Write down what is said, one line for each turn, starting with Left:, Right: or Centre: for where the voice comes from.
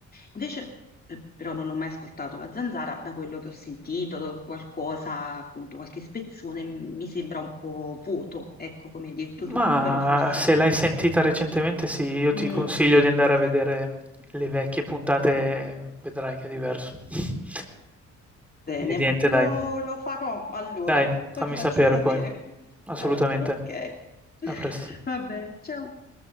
Left: Invece eh, però non l'ho mai ascoltato la zanzara, da quello che ho sentito, do- qualcosa, appunto, qualche spezzone m- mi sembra un po' vuoto, ecco come hai detto
Centre: Mah,
Left: tu, però forse...
Centre: se l'hai
Left: mm,
Centre: sentita recentemente sì, io
Left: mm,
Centre: ti consiglio
Left: sì,
Centre: di andare
Left: sì,
Centre: a vedere le vecchie puntate, vedrai che è diverso. <laughs>
Left: bene,
Centre: E niente,
Left: lo,
Centre: dai.
Left: lo farò allora,
Centre: Dai, fammi
Left: poi ti faccio
Centre: sapere
Left: sapere.
Centre: poi. Assolutamente.
Left: <laughs> Ok,
Centre: A presto.
Left: va bene, ciao.